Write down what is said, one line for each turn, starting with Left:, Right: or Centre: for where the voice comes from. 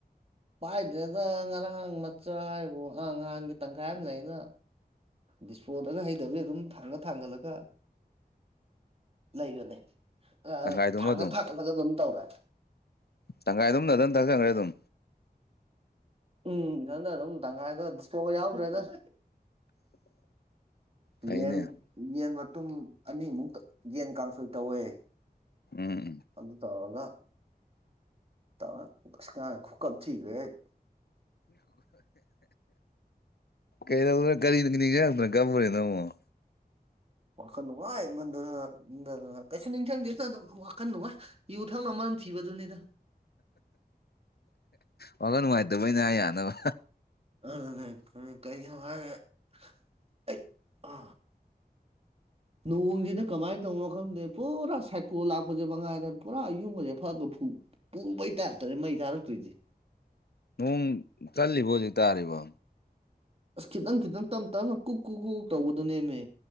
Right: ꯄꯥꯏꯗ꯭ꯔꯦꯗ ꯉꯔꯥꯡ ꯃꯆꯥ ꯍꯥꯢꯕꯨ ꯍ ꯉꯍꯟꯒꯤ ꯇꯪꯈꯥꯏ ꯑꯃ ꯂꯩꯅ ꯗꯤꯁꯄꯣꯗꯒ ꯍꯩꯗꯕꯤ ꯑꯗꯨꯝ ꯊꯥꯡꯒꯠ ꯊꯥꯡꯒꯠꯂꯒ ꯂꯩꯕꯅꯦ ꯑ
Left: ꯇꯪꯈꯥꯏꯗꯨꯃ
Right: ꯑ ꯊꯥꯡꯒ
Left: ꯑꯗꯨꯝ
Right: ꯊꯥꯛꯒꯠꯂꯒ ꯑꯗꯨꯝ ꯇꯧꯔꯦ꯫
Left: ꯇꯪꯈꯥꯏ ꯑꯗꯨꯝ ꯅꯊꯟ ꯊꯥꯛꯆꯤꯜꯂꯦ ꯑꯗꯨꯝ
Right: ꯎꯝ ꯏꯊꯟꯗ ꯑꯗꯨꯝ ꯇꯪꯈꯥꯏꯗ ꯗꯤꯁꯄꯣꯒ ꯌꯥꯎꯗ꯭ꯔꯦꯗ
Left: ꯐꯩꯅꯦ
Right: ꯌꯦꯟ ꯌꯦꯟ ꯃꯇꯨꯝ ꯑꯅꯤ ꯃꯨꯛ ꯌꯦꯟ ꯀꯥꯡꯁꯣꯏ ꯇꯧꯌꯦ꯫
Left: ꯎꯝ ꯎꯝ
Right: ꯑꯗꯨ ꯇꯧꯔꯒ ꯇꯔꯀ ꯉꯔꯥꯡ ꯈꯨꯀꯞ ꯊꯤꯈ꯭ꯔꯦ ꯑꯩ
Left: ꯀꯩꯗꯧꯗꯅ ꯀꯔꯤ ꯅꯤꯡꯖꯤꯡ ꯉꯥꯛꯇꯅ ꯑꯃꯨꯛ ꯀꯥꯄꯨꯔꯤꯅꯣ ꯑꯃꯨꯛ
Right: ꯋꯥꯈꯟꯅꯨꯡꯉꯥꯏ ꯃꯟꯗꯗꯅ ꯀꯩꯁꯨ ꯅꯤꯡꯁꯡꯗꯦꯗ ꯑꯗꯨꯝ ꯋꯈꯜ ꯅꯨꯉꯥꯏ ꯌꯨ ꯊꯛꯅꯕ ꯃꯔꯝ ꯊꯤꯕꯗꯨꯅꯤꯗ
Left: ꯋꯥꯈ ꯅꯨꯡꯉꯥꯏꯇꯕꯩꯅꯦ ꯍꯥꯏ ꯌꯥꯅꯕ
Right: ꯑ ꯀꯔꯤꯒꯤꯅꯦ ꯍꯥꯏꯔ ꯑꯩ ꯑ <inaudible> ꯅꯣꯡꯁꯤꯅ ꯀꯃꯥꯏꯅ ꯇꯧꯅꯣ ꯈꯪꯗꯦ ꯄꯨꯔꯥ ꯁꯥꯏꯀꯣꯜ ꯂꯥꯛꯄꯁꯦ ꯃꯉꯥꯏꯔ ꯄꯨꯔꯥ ꯌꯨꯝꯕꯁꯦ ꯐꯛꯒ ꯐꯨ ꯄꯨ ꯃꯩ ꯇꯥꯔꯞꯇꯔꯦ ꯃꯩ ꯊꯥꯔꯛꯇꯣꯏꯁꯦ꯫
Left: ꯅꯣꯡ ꯆꯠꯂꯤꯕ ꯍꯧꯖꯤꯛ ꯇꯥꯔꯤꯕꯣ
Right: ꯑꯁ ꯈꯤꯇꯪ ꯈꯤꯇꯪ ꯇꯞ ꯇꯞꯅ ꯀꯨꯛ ꯀꯨ ꯀꯨ ꯇꯧꯕꯗꯨꯅꯦꯃꯦ꯫